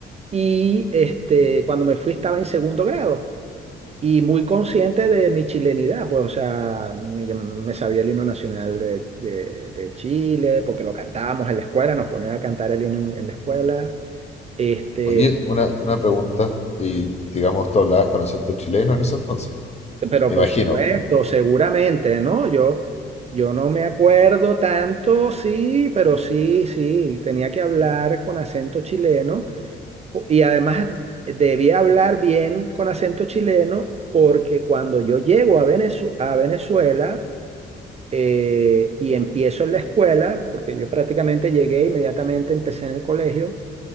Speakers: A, on the right; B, on the left.
A: Y este, cuando me fui estaba en segundo grado y muy consciente de mi chilenidad, pues, o sea, me, yo me sabía el himno nacional de, de- de Chile, porque lo cantábamos en la escuela, nos ponían a cantar el himno en, en la escuela, este,
B: Oye, una, una pregunta, y digamos, tú hablabas con acento chileno en ese entonces.
A: pero
B: Me
A: por
B: imagino,
A: supuesto,
B: no creo.
A: seguramente, ¿no? Yo, yo no me acuerdo tanto, sí, pero sí, sí, tenía que hablar con acento chileno, po- y además debía hablar bien con acento chileno, porque cuando yo llego a Venezu- a Venezuela, eh, y empiezo en la escuela, porque yo prácticamente llegué inmediatamente, empecé en el colegio,